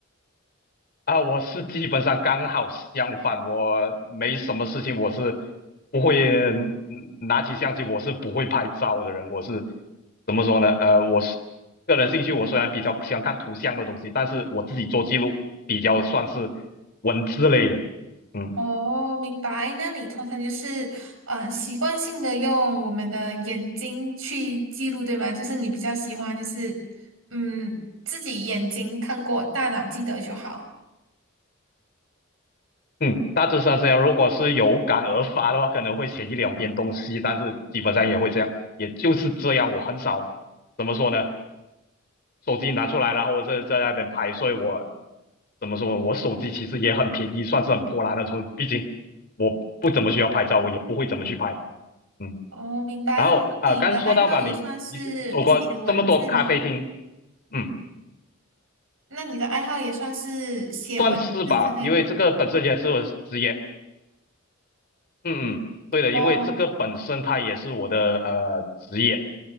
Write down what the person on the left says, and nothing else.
啊，我是基本上刚好相反，我没什么事情，我是不会嗯拿起相机，我是不会拍照的人，我是怎么说呢？呃，我是个人兴趣，我虽然比较喜欢看图像的东西，但是我自己做记录比较算是文字类的。嗯。
嗯，大致上这样。如果是有感而发的话，可能会写一两篇东西，但是基本上也会这样，也就是这样。我很少怎么说呢，手机拿出来，然后在在那边拍，所以我怎么说，我手机其实也很便宜，算是很破烂那种。毕竟我不怎么需要拍照，我也不会怎么去拍。嗯，
然后啊、
呃刚才说到嘛，你你走过这么多咖啡厅，嗯，
算是吧，因为这个本身也是我的职业。嗯嗯，对的，
因为这个本身它也是我的呃职业，